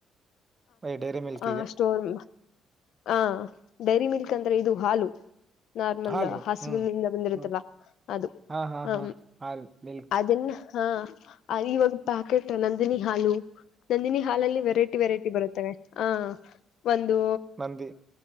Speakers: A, on the right; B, on the left.
A: ಡೈರಿ ಮಿಲ್ಕ್
B: ಆ ಸ್ಟೋರ್ ಆ ಡೈರಿ ಮಿಲ್ಕ್ ಅಂದ್ರೆ ಇದು ಹಾಲು ನಾರ್ಮಲ್
A: ಹಾಲು
B: ಹಸುಿಂದ
A: ಹ್ಮ್
B: ಬಂದಿರುತ್ತಲ್ಲ
A: ಹ್ಮ್
B: ಅದು
A: ಹಾ ಹಾ
B: ಹ
A: ಹಾ ಹಾಲು ಮಿಲ್ಕ್
B: ಅದನ್ನ ಹಾ ಇವಾಗ ಪ್ಯಾಕೆಟ್ ನಂದಿನಿ ಹಾಲು ನಂದಿನಿ ಹಾಲಲ್ಲಿ ವೆರೈಟಿ ವೆರೈಟಿ ಬರುತ್ತೆ ಹ ಒಂದು
A: ನಂದಿ